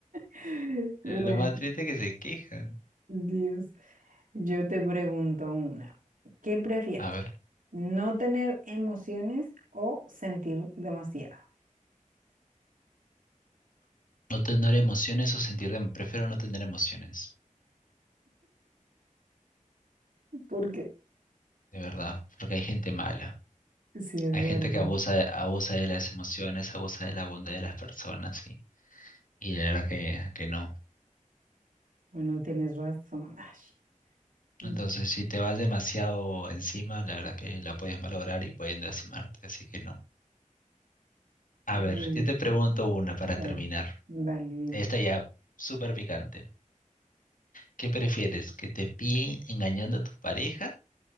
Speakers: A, on the right; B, on the left.
A: <laughs> Bueno,
B: Lo más triste es que se quejan.
A: Dios. Yo te pregunto una. ¿Qué prefieres?
B: A ver,
A: ¿No tener emociones o sentir demasiado?
B: no tener emociones o sentir, dem- prefiero no tener emociones.
A: Porque
B: de verdad, porque hay gente mala.
A: sí, es
B: Hay
A: verdad.
B: gente que abusa de, abusa de las emociones, abusa de la bondad de las personas y, y la verdad que, que no.
A: Bueno, tienes razón. Ay, mm,
B: Entonces, si te vas demasiado encima, la verdad que la puedes malograr y pueden lastimarte, así que no. A
A: uy,
B: ver, yo te pregunto una
A: dale,
B: para terminar.
A: dale, dime.
B: Esta ya súper picante. ¿Qué prefieres? ¿Que te pillen engañando a tu pareja